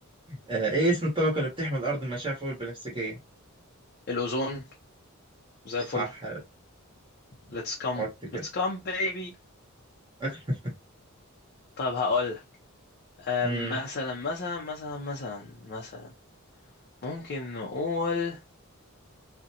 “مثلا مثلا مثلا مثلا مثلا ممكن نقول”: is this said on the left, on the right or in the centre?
Left